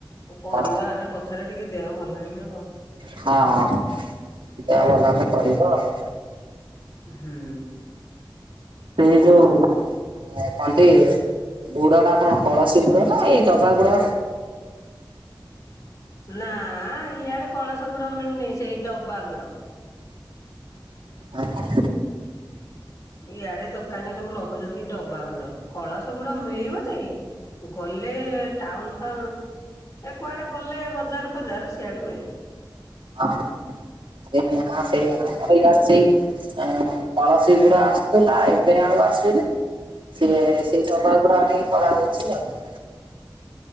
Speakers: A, on the left (about 40°); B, on the right (about 75°).
A: କରିବା
B: ହଁ
A: ଆମେ ପଛରେ ଟିକେ ଦେହ ଭଲ ହେଇଯିବ ହଉ।
B: ହଁ ଦେହ ଭଲ ଭଲ କରିବ ଆଉ।
A: ହୁଁ।
B: ସେଇ ଯୋଉ ହ କଣ୍ଟି ଗୁଡ ଟା କଣ କଳସୀ ଗୁଡ ନା ଏଇ ଦବା ଗୁଡ
A: ନା ଇଆଡେ କଳସ ଗୁଡ ମିଳୁନି ସେଇ ଡବା ଗୁଡ।
B: ଆଁ ଫଡ
A: ଇଆଡେ ଦୋକାନୀ ସବୁ ରଖୁଚନ୍ତି ଡବା ଗୁଡ କଳସ ଗୁଡ ମିଳିବ ଯେ ଗଲେ ଟାଉନ୍ ଫାଉ ଏ କୁଆଡେ ଗଲେ ବଜାର୍ ଫଜାର୍ ସେଆଡୁ ନେ
B: ହଁ ସେ ଆମର
A: ହୁଁ
B: ଇଆଡେ ସେଇ ଆଁ ପଳସୀ ଗୁଡା ଆସୁଥୁଲା ଏବେ ଆଉ ଆସୁନି। ସେ ସେଇ ଡବା ଆ ଗୁଡ ଆଣିକି କରା ହୋଉଚି ଆଉ।